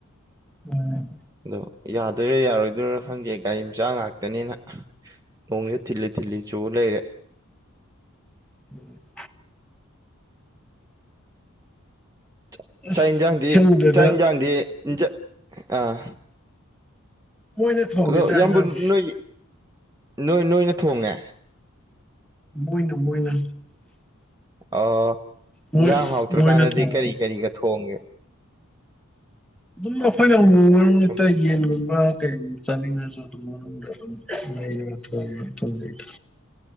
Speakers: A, in the centre; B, on the right.
A: ꯎꯝ
B: ꯑꯗꯣ ꯌꯥꯗꯣꯏꯔ ꯌꯥꯔꯣꯏꯗꯣꯏꯔꯣ ꯈꯪꯗꯦ ꯒꯥꯔꯤ ꯃꯆꯥ ꯉꯥꯛꯇꯅꯤꯅ ꯅꯣꯡꯖꯦ ꯊꯤꯠꯂꯤ ꯊꯤꯠꯂꯤ ꯆꯨ ꯂꯩꯔꯦ
A: <unintelligible>
B: ꯆ
A: ꯑꯁ
B: ꯆꯥꯛ ꯏꯟꯖꯥꯡꯗꯤ
A: ꯈꯪꯗ꯭ꯔꯦꯗ
B: ꯆꯥꯛ ꯏꯟꯖꯥꯡꯗꯤ ꯏꯟꯖ ꯑꯥ
A: ꯃꯣꯏꯅ ꯊꯣꯡꯉꯦ
B: ꯑꯗꯣ
A: ꯆꯥꯛ
B: ꯏꯌꯥꯝꯕ
A: ꯏꯟꯖꯥꯡ
B: ꯅꯣꯏꯏ ꯅꯣꯏ ꯅꯣꯏꯅ ꯊꯣꯡꯉꯦ
A: ꯃꯣꯏꯅ ꯃꯣꯏꯅ
B: ꯑꯣ
A: ꯃꯣꯏ
B: ꯏꯟꯖꯥꯡ ꯍꯥꯎꯇ꯭ꯔꯀꯥꯟꯗꯗꯤ
A: ꯃꯣꯏꯅ ꯊꯣꯡ
B: ꯀꯔꯤ ꯀꯔꯤꯒ ꯊꯣꯡꯒꯦ
A: ꯑꯗꯨꯝ ꯂꯐꯣꯏꯅ ꯑꯃꯨꯛ ꯃꯨꯛ ꯃꯔꯛ ꯃꯔꯛꯇꯩ
B: ꯁꯨꯝ
A: ꯌꯦꯟꯒꯨꯝꯕ ꯀꯩꯒꯨꯝꯕ ꯆꯥꯅꯤꯡꯉꯁꯨ ꯑꯗꯨꯝ ꯃꯅꯨꯡꯗ ꯑꯗꯨꯝ ꯂꯩ ꯂꯩꯔ ꯊꯣꯡꯉꯦ ꯊꯣꯡꯅꯩꯗ